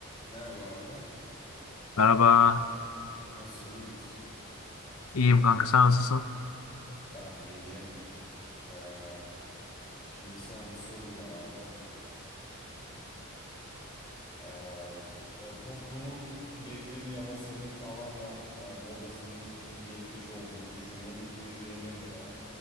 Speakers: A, on the left; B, on the left.
A: Merhaba abi.
B: Merhaba.
A: Nasılsın, iyi misin?
B: İyiyim kanka sen nasılsın?
A: Ben de iyiyim. Ee, şimdi sana bir sorum var abi. Ee, e, toplumun beklediği ama senin tamamen e, modasının geçmiş olduğunu düşündüğün bir şey nedir abi?